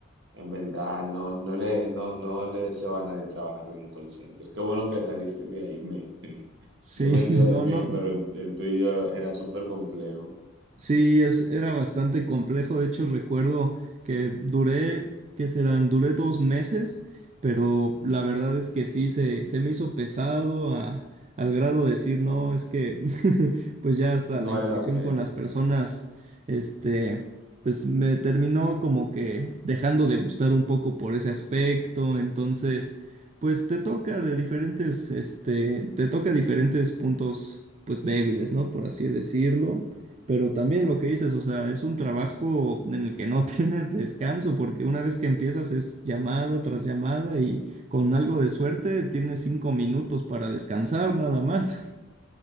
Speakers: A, on the right; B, on the right.
A: En verdad, no, no le, no, no le deseo a nadie trabajar en un call center. Qué bueno que saliste de ahí, men. <laughs>
B: Sí,
A: Yo me
B: <laughs>
A: quedo
B: no,
A: del mío,
B: no.
A: pero el, el tuyo era súper complejo.
B: Sí, es, era bastante complejo. De hecho, recuerdo que duré, ¿qué serán? Duré dos meses, pero la verdad es que sí, se, se me hizo pesado a- al grado de decir, no, es que <laughs> pues ya hasta
A: No
B: la
A: vale
B: interacción
A: la pena.
B: con las personas, este, pues me terminó como que dejando de gustar un poco por ese aspecto. Entonces, pues te toca de diferentes, este, te toca diferentes puntos, pues débiles, ¿no? Por así decirlo. Pero también lo que dices, o sea, es un trabajo en el que no <laughs> tienes descanso, porque una vez que empiezas es llamada tras llamada y con algo de suerte tienes cinco minutos para descansar nada más. <laughs>